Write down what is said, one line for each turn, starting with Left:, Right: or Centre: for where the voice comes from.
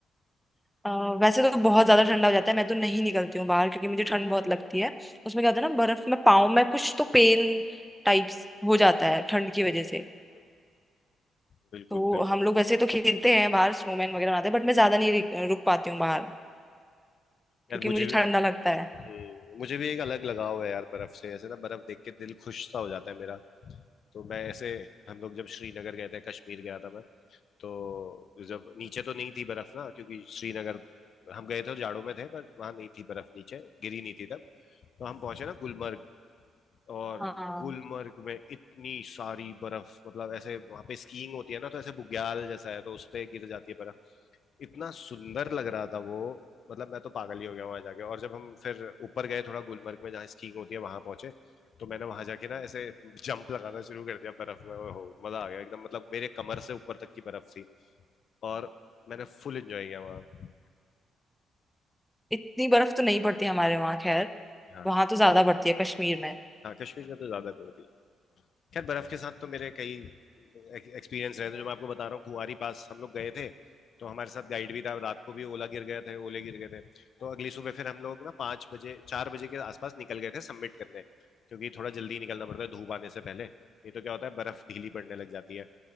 Centre: अ, वैसे तो बहुत ज्यादा ठंडा हो जाता है मैं तो नहीं निकलती हूँ बाहर क्योंकि मुझे ठंड बहुत लगती है उसमें क्या होता है ना बर्फ में पाँव में कुछ तो पेन टाइप्स हो जाता है ठंड की वजह से
Left: हम्म, बिल्कुल
Centre: तो
Left: बिल्कुल
Centre: हम लोग वैसे तो खेलते हैं बाहर स्नोमैन वगैरह बनाते हैं बट मैं ज्यादा नहीं रुक रुक पाती हूँ बाहर क्योंकि
Left: यार मुझे
Centre: मुझे
Left: भी
Centre: ठंडा लगता है
Left: हम्म, मुझे भी एक अलग लगाव है यार बर्फ से ऐसे ना बर्फ देख के दिल खुश सा हो जाता है मेरा तो मैं ऐसे हम लोग जब श्रीनगर गए थे कश्मीर गया था मैं तो जब नीचे तो नहीं थी बर्फ ना क्योंकि श्रीनगर हम गए थे जाड़ों में थे पर वहां नहीं थी बर्फ नीचे गिरी नहीं थी तब तो हम पहुंचे ना गुलमर्ग और
Centre: हाँ
Left: गुलमर्ग में इतनी सारी बर्फ मतलब ऐसे वहां पे स्कीइंग होती है ना तो ऐसे बुग्याल जैसा है तो उस पे गिर जाती है बर्फ इतना सुंदर लग रहा था वो मतलब मैं तो पागल ही हो गया वहां जाके और जब हम फिर ऊपर गए थोड़ा गुलमर्ग में जहाँ स्कीइंग होती है वहां पहुंचे तो मैंने वहां जाके ना ऐसे जंप लगाना शुरू कर दिया बर्फ में ओहो मजा आ गया एकदम मतलब मेरे कमर से ऊपर तक की बर्फ थी और मैंने फुल एंजॉय किया वहाँ
Centre: इतनी बर्फ तो नहीं पड़ती हमारे वहाँ खैर
Left: हाँ
Centre: वहां तो ज्यादा पड़ती है कश्मीर में
Left: हाँ कश्मीर में तो ज्यादा पड़ती खैर बर्फ के साथ तो मेरे कई एक्सपीरियंस रहे थे जो मैं आपको बता रहा हूँ कुंवारी पास हम लोग गए थे तो हमारे साथ गाइड भी था रात को भी ओला गिर गया थे ओले गिर गए थे तो अगली सुबह फिर हम लोग ना पाँच बजे चार बजे के आसपास निकल गए थे सबमिट करने क्योंकि थोड़ा जल्दी निकलना पड़ता है धूप आने से पहले नहीं तो क्या होता है बर्फ ढीली पड़ने लग जाती है